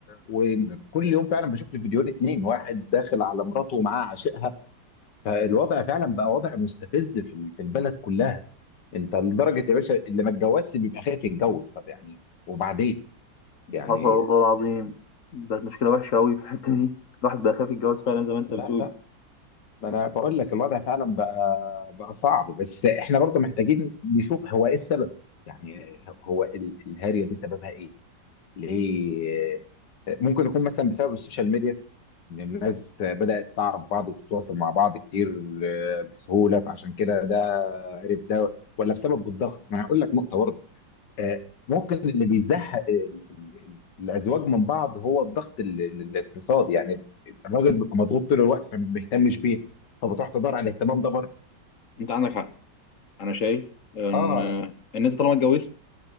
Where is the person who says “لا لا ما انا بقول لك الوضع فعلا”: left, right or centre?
Left